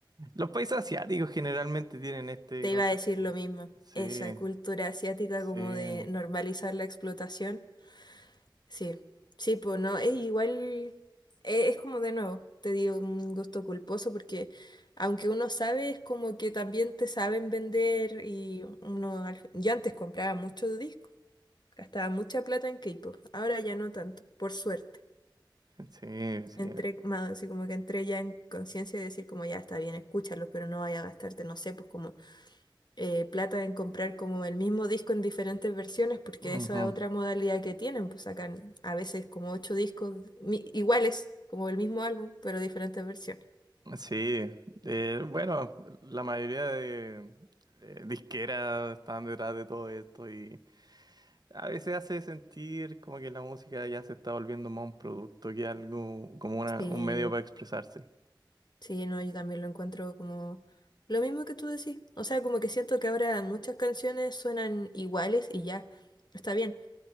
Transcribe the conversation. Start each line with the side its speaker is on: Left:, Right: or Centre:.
Right: los países asiáticos generalmente tienen este
Left: te
Right: concepto.
Left: iba a decir lo mismo.
Right: Sí,
Left: Esa cultura asiática
Right: sí,
Left: como de normalizar la explotación. Sí, sí, pues no, es igual, e- es, como de nuevo, te digo un gusto culposo porque aunque uno sabe, es como que también te saben vender y uno, al yo antes compraba muchos discos, gastaba mucha plata en K-pop, ahora ya no tanto, por suerte.
Right: sí, sí.
Left: Entré más así como que entré ya en conciencia de decir como ya está bien, escúchalo, pero no vaya a gastarte, no sé, pues como eh, plata en comprar como el mismo disco en diferentes versiones, porque
Right: ujú,
Left: esa es otra modalidad que tienen, pues sacan a veces como ocho discos mi- iguales, como el mismo álbum, pero diferentes versiones.
Right: Sí, eh, bueno, la mayoría de eh, disqueras están detrás de todo esto y A veces hace sentir como que la música ya se está volviendo más un producto que algo, como una,
Left: Sí,
Right: un medio para expresarse.
Left: sí, no, yo también lo encuentro como lo mismo que tú decís. O sea, como que siento que ahora muchas canciones suenan iguales y ya, está bien.